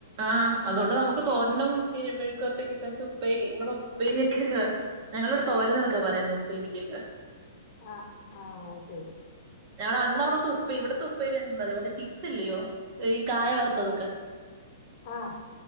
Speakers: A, on the right; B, on the left.
A: ആഹ് അതുകൊണ്ട് നമുക്ക് തോരനും മെഴ്ക്കൊരട്ടികൊക്കെ ഉപ്പേരി ഇങ്ങക്കൊക്കെ ഉപ്പേരി ഒക്കെക്ക ഞങ്ങളിവടെ തോരന്നൊക്കെ പറയുന്നോ ഉപ്പേരികൊക്കെ
B: ആഹ് ആഹ് ശെരി
A: ഞ അ അവിട്ത്തെ ഉപ്പ ഇവ്ട്ത്തെ ഉപ്പേരി എന്താറയാ മറ്റേ ചിപസ് ഇല്ലയോ ഈ കായ വർത്തതൊക്കെ
B: ആഹ്